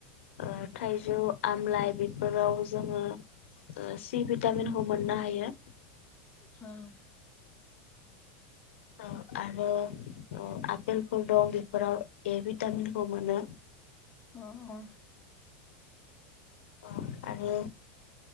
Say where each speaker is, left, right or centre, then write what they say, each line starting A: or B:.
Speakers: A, on the left (about 80°); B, on the left (about 20°).
A: ओ थाइजौ, आमलाइ बेफोराव जोङो ओ सि भिटामिनखौ मोननो हायो।
B: होम।
A: अ आरो अ आपेलफोर दं बेफोराव ए भिटामिनखौ मोनो।
B: उम उम।
A: उम आरो